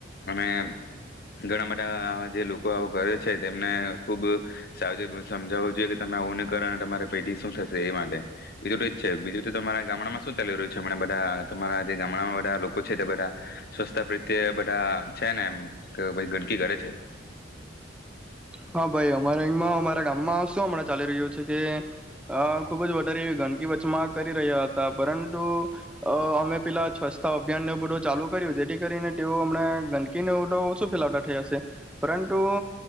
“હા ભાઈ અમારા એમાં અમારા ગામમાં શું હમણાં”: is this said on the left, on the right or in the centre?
Centre